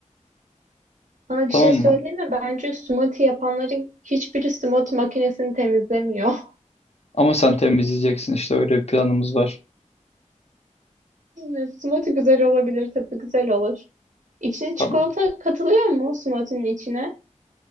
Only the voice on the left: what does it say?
Tamam
mı?
Ama sen temizleyeceksin işte öyle bir planımız var.
Tamam.